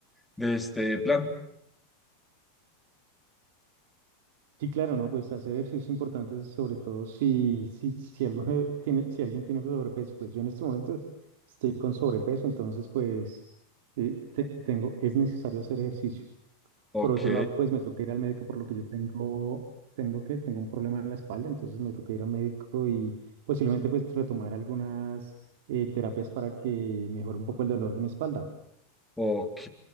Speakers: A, in the centre; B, on the right.
A: de este plan.
B: Sí, claro, ¿no? Pues hacer ejercicio es importante, sobre todo si, si, si, alguno tiene, si alguien tiene sobrepeso. Pues yo en este momento estoy con sobrepeso, entonces pues eh, te- tengo, es necesario hacer ejercicio.
A: Ok.
B: Por otro lado, pues me toca ir al médico por lo que yo tengo, tengo que, tengo un problema en la espalda, entonces me toca ir al médico y posiblemente pues retomar algunas eh, terapias para que mejore un poco el dolor de mi espalda.
A: Ok,